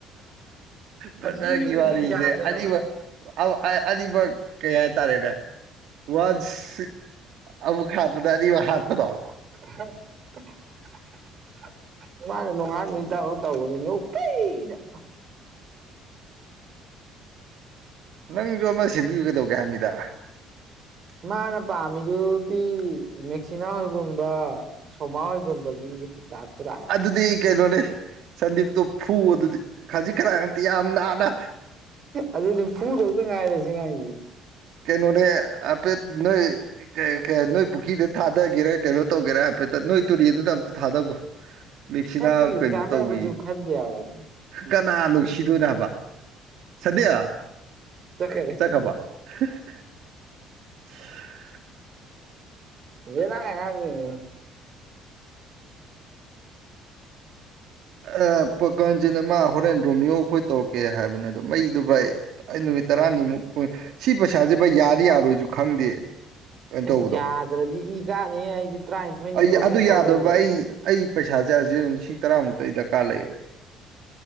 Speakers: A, on the right; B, on the right.
A: ꯐꯇꯀꯤ
B: ꯑꯁꯤ ꯃꯤꯁꯤꯗꯤ
A: ꯋꯥꯔꯤꯔꯤꯁꯦ
B: ꯌꯥꯗꯦꯕ
A: ꯑꯗꯤꯕ <inaudible> ꯑꯅꯤꯃꯛ ꯀꯩ ꯍꯥꯏꯇꯔꯦꯅꯦ ꯋꯥꯟꯁ ꯑꯃꯨꯛ ꯍꯥꯠꯄꯗ ꯑꯅꯤꯃꯛ ꯍꯥꯠꯄꯗꯣ
B: <unintelligible> ꯃꯥꯅ ꯅꯣꯡꯉꯥꯟ ꯅꯨꯃꯤꯠꯇꯐꯥꯎ ꯇꯧꯕꯁꯦ ꯅꯨꯄꯤꯗ꯫
A: ꯅꯪꯁꯨ ꯑꯃ ꯁꯦꯝꯕꯤꯕꯀꯩꯗꯧꯒꯦ ꯍꯥꯏꯕꯅꯤꯗ꯫
B: ꯃꯥꯅ ꯄꯥꯝꯃꯤꯗꯨꯗꯤ ꯃꯦꯛꯁꯤꯅꯥ ꯍꯣꯜꯒꯨꯝꯕ ꯁꯣꯃꯥ ꯍꯣꯏꯒꯨꯝꯕꯒꯤ ꯇꯥꯞꯇꯥ ꯂꯥꯛꯑꯕ꯫
A: ꯑꯗꯨꯗꯤ ꯀꯩꯅꯣꯅꯦ ꯁꯟꯗꯤꯞꯇꯣ ꯐꯨ ꯑꯗꯨꯗꯤ ꯈꯖꯤꯛ ꯈꯔꯥꯛ ꯅꯠꯇꯦ ꯌꯥꯝ ꯅꯥꯟꯅ꯫
B: ꯑꯗꯨꯗꯤ ꯐꯨꯗꯧꯕꯇ ꯉꯥꯏꯔ ꯁꯤ ꯑꯉꯥꯡꯁꯦ꯫
A: ꯀꯩꯅꫭꯅꯦ ꯑꯄꯦꯠ ꯅꯣꯏ꯫ ꯀꯩ ꯀꯩ ꯅꯣꯏ ꯄꯨꯈ꯭ꯔꯤꯗ ꯊꯥꯗꯒꯦꯔꯥ ꯀꯩꯅꯣ ꯇꯧꯒꯦꯔꯥ ꯍꯥꯏꯐꯦꯠꯇ ꯅꯣꯏ ꯇꯨꯔꯦꯟꯗꯨꯗ ꯑꯝꯇ ꯊꯥꯗꯈꯣ꯫ ꯃꯦꯛꯁꯤꯅꯥ
B: ꯁꯛꯁꯤ
A: ꯀꯩꯅꯣ
B: ꯆꯥꯟꯅꯕꯁꯨ
A: ꯇꯧꯋꯤ꯫
B: ꯈꯟꯗꯦꯕ
A: ꯀꯅꯥ ꯅꯨꯡꯁꯤꯗꯣꯏꯅꯣ ꯍꯥꯏꯕ ꯁꯇꯤꯌꯥ
B: ꯆꯠꯈꯔꯦ
A: ꯆꯠꯈꯔꯕꫭ꯫ <unintelligible> <inaudible>
B: ꯕꯦꯔꯒꯤ ꯑꯉꯥꯡꯅꯦꯃꯦ꯫
A: ꯑ ꯄꯀꯥꯟꯖꯤꯠꯅ ꯃꯥ ꯍꯣꯔꯦꯟ ꯔꯣꯃꯤꯌꯣ ꯑꯩꯈꯣꯏ ꯇꯧꯔꯛꯀꯦ ꯍꯥꯏꯕꯅꯦ ꯑꯗꯣ ꯃꯩꯗꯨ ꯚꯥꯏ꯫ ꯑꯩ ꯅꯨꯃꯤꯠ ꯇꯔꯥꯅꯤꯃꯨꯛ ꯍꫭꯏ ꯁꯤ ꯄꯩꯁꯥꯁꯦ ꯚꯥꯏ ꯌꯥꯅꯤ ꯌꯥꯔꯣꯏꯁꯨ ꯈꯪꯗꯦ꯫ ꯀꯩꯅꯣ ꯇꯧꯕꯗꯣ
B: ꯑꯁ ꯌꯥꯗ꯭ꯔꯗꯤ ꯏ ꯀꯥꯟꯅꯤꯍꯦ ꯑꯩꯗꯤ ꯇꯔꯥꯅꯤꯊꯣꯏꯅꯤ
A: ꯑꯩ
B: ꯄ꯭ꯔꯣꯁꯦꯁ
A: ꯑꯗꯨ ꯌꯥꯗꯕ
B: ꯇꯧꯔ ꯂꯩꯏꯁꯦ꯫
A: ꯑꯩ ꯑꯩ ꯄꯩꯁꯥꯁꯦ ꯍꯧꯖꯤꯛ ꯂꯤꯁꯤꯡ ꯇꯔꯥꯃꯨꯛꯇ ꯑꯩ ꯗꯔꯀꯥꯔ ꯂꯩꯌꯦꯕ꯫